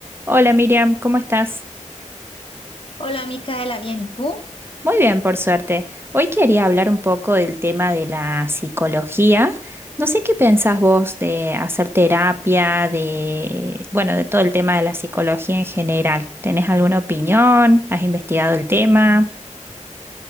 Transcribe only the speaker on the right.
Hola Miriam, ¿cómo estás?
Muy bien, por suerte. Hoy quería hablar un poco del tema de la psicología. No sé qué pensás vos de hacer terapia, de, bueno, de todo el tema de la psicología en general. ¿Tenés alguna opinión? ¿Has investigado el tema?